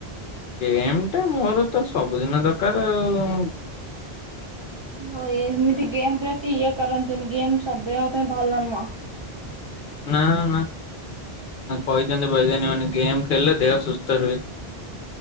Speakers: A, on the left (about 60°); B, on the right (about 40°).
A: ଗେମ୍ ଟାଟ ମୋର ତ ସବୁଦିନ ଦରକାର ଆଉ।
B: ହ ଏମିତି ଗେମ୍ ପ୍ରତି ଇଏ କରନ୍ତୁନି ଗେମ୍ ସବୁ ବେଳ ପାଇଁ ଭଲ ନୁହଁ।
A: ନା ନା କହିଛନ୍ତି ବୈଜ୍ଞାନିକ ମାନେ ଗେମ୍ ଖେଳିଲେ ଦେହ ସୁସ୍ଥ ରୁହେ।